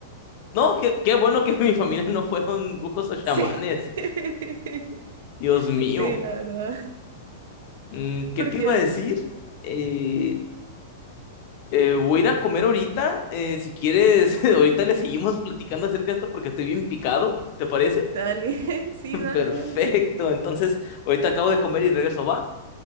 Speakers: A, on the left; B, on the right.
A: No, qué, qué bueno que <laughs> mi familia no fueron brujos o chamanes.
B: sí, <laughs>
A: Dios mío.
B: sí, la verdad,
A: Mm, ¿qué
B: porque
A: te iba
B: es,
A: a decir? Eh, eh, voy a ir a comer ahorita. Eh, si quieres, <laughs> ahorita le seguimos platicando acerca de esto porque estoy bien picado. ¿Te parece?
B: dale, <laughs> sí,
A: <laughs>
B: dale,
A: Perfecto.
B: dale,
A: Entonces, ahorita acabo de comer y regreso, ¿va?